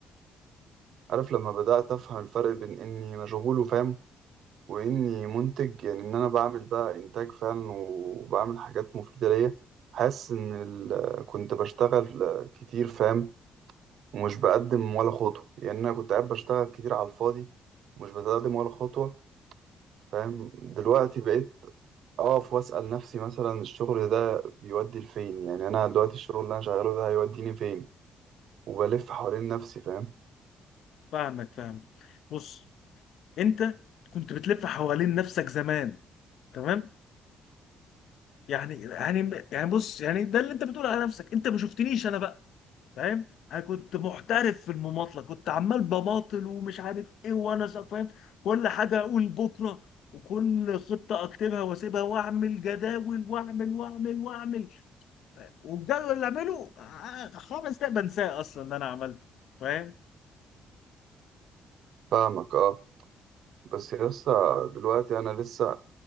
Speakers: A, on the right; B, on the left.
A: عارف لما بدات افهم الفرق بين اني مشغول وفاهم واني منتج يعني ان انا بعمل بقى انتاج فعلا وبعمل حاجات مفيده ليا حاسس ان ال... كنت بشتغل كتير فاهم ومش بقدم ولا خطوه يعني انا كنت قاعد بشتغل كتير على الفاضي ومش بتقدم ولا خطوه فاهم دلوقتي بقيت اقف واسال نفسي مثلا الشغل ده بيودي لفين يعني انا دلوقتي الشغل اللي انا شغاله ده هيوديني فين وبلف حوالين نفسي فاهم
B: فاهمك فاهم بص انت كنت بتلف حوالين نفسك زمان تمام يعني يعني يعني بص يعني ده اللي انت بتقوله على نفسك انت ما شفتنيش انا بقى فاهم انا كنت محترف في المماطله كنت عمال بماطل ومش عارف ايه وانا سا- فاهم كل حاجه اقول بكره وكل خطه اكتبها واسيبها واعمل جداول واعمل واعمل واعمل فاهم؟ والجدول اللي اعمله آه، خمس دقايق بنساه اصلا ان انا عملته فاهم
A: فاهمك اه بس لسه دلوقتي انا لسه